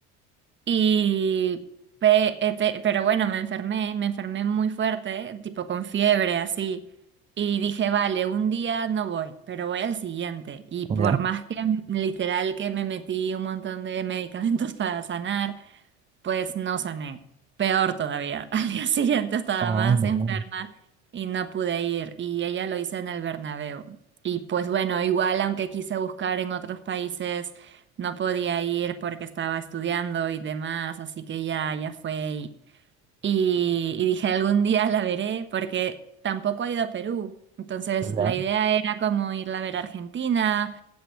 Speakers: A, on the right; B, on the right.
A: Y, pe- eh, pe- pero bueno, me enfermé, me enfermé muy fuerte, tipo con fiebre, así. Y dije, vale, un día no voy, pero voy al siguiente. Y por
B: <laughs> ya.
A: más que literal que me metí un montón de medicamentos <laughs> para sanar, pues no sané. Peor todavía. <laughs> Al día siguiente estaba
B: Ay,
A: más
B: no.
A: enferma y no pude ir. Y ella lo hizo en el Bernabéu. Y pues bueno, igual aunque quise buscar en otros países, no podía ir porque estaba estudiando y demás. Así que ya, ya fue. Y, y, y dije, algún día la veré porque tampoco ha ido a Perú. Entonces
B: ya
A: la idea era como irla a ver a Argentina